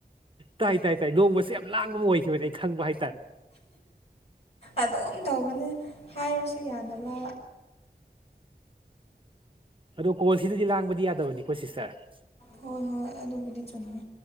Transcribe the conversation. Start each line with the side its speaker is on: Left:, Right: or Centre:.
Right: ꯇꯥꯏ ꯇꯥꯏ ꯇꯥꯏ ꯅꯣꯡꯃꯁꯦ ꯌꯥꯝ ꯂꯥꯡꯕ ꯑꯃ ꯑꯣꯏꯈꯤꯕꯅꯦ ꯑꯩ ꯈꯪꯕ ꯍꯥꯏꯇꯥꯔꯦ꯫
Left: ꯑꯗꯨꯝꯝ ꯇꯧꯕꯅꯦ ꯍꯥꯏꯔꯁꯨ ꯌꯥꯗꯕ꯫
Right: ꯑꯗꯣ ꯀꯣꯜꯁꯤꯗꯗꯤ ꯂꯥꯡꯕꯗꯤ ꯌꯥꯗꯕꯅꯤꯀꯣ ꯁꯤꯁꯇꯔ꯫
Left: ꯍꯣꯏ ꯍꯣꯏ ꯑꯗꯨꯕꯨꯗꯤ ꯆꯨꯝꯃꯤ꯫